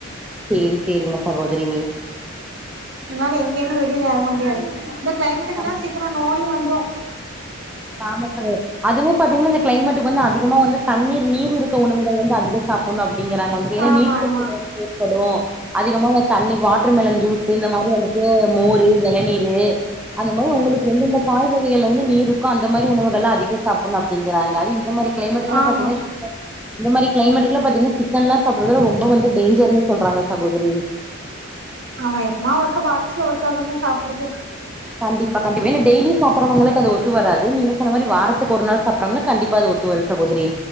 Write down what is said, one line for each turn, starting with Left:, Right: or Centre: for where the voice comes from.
Centre: செரி செரிங்க சகோதரி
Right: என்னால எங்கயுமே வெளில எறங்க முடியாது இந்த கிளைமேட்டுக்கு
Centre: ஆ
Right: எல்லா சீக்கரோ நோயு வந்துரு
Centre: ஆமப்பு அதுவு பாத்தீங்கன்னா இந்த கிளைமேட்டுக்கு வந்து அதிகமா வந்து தண்ணீர் நீர் இருக்க உணவுகள் வந்து அதிக சாப் புன்னு அப்டிங்கிறாங்க உனக்கு ஏனா
Right: ஆமா
Centre: நீர்பத்துல
Right: ஆமா
Centre: வந்து ஏற்படு அதிகமா தண்ணி வாட்டர் மெலன் ஜூஸ்ஸு இந்த மாரி வந்துட்டு மோரு எளநீரு அந்த மாரி உங்களுக்கு எந்தெந்த காய் கறிகல வந்து நீர் இரு க்கு அந்த மாரி உணவுகள்லா அதிக சாப்பின்ணு அப்டிங்கிறாங்க அது இந்த மாரி கிளைமேட்டுக் எல்லா
Right: ஆமா
Centre: பாத்தீங்கன்னா இந்த மாரி கிளைமேட்க்கெல்லா பாத்தீங்கன்னா சிக்கன்லா சாப்டுறது ரொம்பவந்து டேஞ்சர்ன்னு சொல்றாங்க சகோதரி
Right: ஆமா எப்பமா ஒருக்க வாரத்தில ஒருக்கா தான சாப்பிற்து
Centre: கண்டிப்பா கண்டிப்பா ஏனா டெய்லி சாப்டுறவங்களுக்கு அது ஒத்து வராது நீங்க சொன்ன மாரி வாரத்துக்கு ஒரு நாள் சாப்டுறாங்கனா கண்டிப்பா அது ஒத் <unintelligible> போச்சீடி